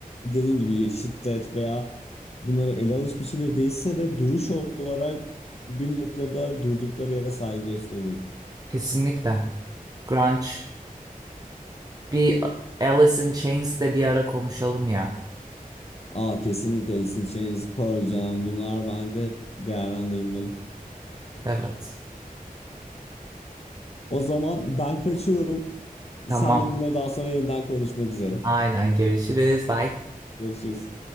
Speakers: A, on the left; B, on the right.
A: dediğin gibi şiddet veya bunları ele alış biçimleri değişse de duruş olarak bir noktada durdukları yere saygı gösteriyorum.
B: Kesinlikle. Grunge. Bir Alice in Chains'te bir ara konuşalım ya.
A: Aa kesinlikle Alice in Chains, Pearl Jam bunlar bence hep değerlendirilmeli.
B: Evet.
A: O zaman ben kaçıyorum.
B: Tamam.
A: Sen de bunları daha sonra yeniden konuşmak üzere.
B: Aynen. Görüşürüz. Bye.
A: Görüşürüz.